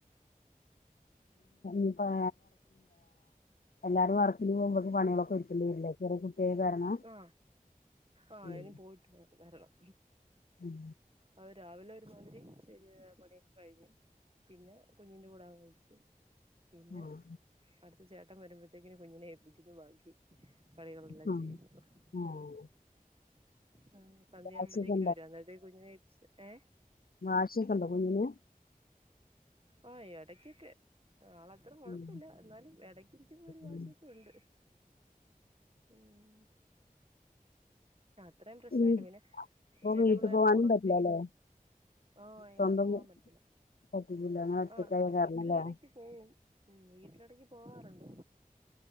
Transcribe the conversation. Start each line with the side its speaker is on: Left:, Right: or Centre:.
Left: എന്താ എല്ലാരും വറക്കിന് പോകുമ്പക്ക് പണികളൊക്കെ ഒരുക്കിണ്ടി വരില്ലേ ചെറിയ കുട്ടിയായ കാരണം
Right: ആ ആ
Left: ഉം
Right: ഇനി പോയിട്ട് വരണം
Left: ഉം
Right: അത് രാവിലെ ഒരുമാതിരി ശെരി പണിയൊക്കെ കഴിഞ്ഞു പിന്നെ കുഞ്ഞിന്റെ കൂടെ വന്നിരിക്കും പിന്നെ
Left: ആഹ്
Right: അടുത്ത ചേട്ടൻ വരുമ്പോത്തേക്കിന് കുഞ്ഞിനെ ഏപ്പിക്കുന്നു ബാക്കി പണികളെല്ലാം
Left: ആഹ്
Right: ചെയ്യുന്നു അങ്ങെനെ
Left: ആഹ്
Right: ആ സന്ധ്യ
Left: വാശിയൊക്കെ
Right: ആകുമ്പത്തേക്കന് വരും അന്നേരത്തിന് കുഞ്ഞിനെ ഏപ്പിച്ച് ഏ
Left: വാശി ഒക്കെ ഉണ്ടാ കുഞ്ഞിന്
Right: ഓ എടക്കൊക്കെ ആള് അത്ര കൊഴപ്പല്ല
Left: ഉം
Right: എന്നാലും ഇടക്കിരിക്കുമ്പോ ഒരു വാശിയൊക്കെ
Left: ഉം
Right: ഉണ്ട് ഉം ആ അത്രേയും പ്രശ്നല്ല
Left: ഉം
Right: പിന്നെ
Left: ഇപ്പൊ
Right: ചില
Left: വീട്ടിൽ
Right: പിള്ളേരൊന്നും
Left: പോവാനും
Right: ഉറങ്ങത്തെ
Left: പറ്റില്ലല്ലേ
Right: ഇത് ആ എങ്ങും
Left: സ്വന്തം
Right: പോവാൻ പറ്റത്തില്ല
Left: പറ്റിയില്ല അങ്ങനെ ഒറ്റക്കായ
Right: ആ വീട്ടിലിടക്ക്
Left: കാരണല്ലേ
Right: പോവും ഉം വീട്ടിലിടക്ക് പോവാറുണ്ട്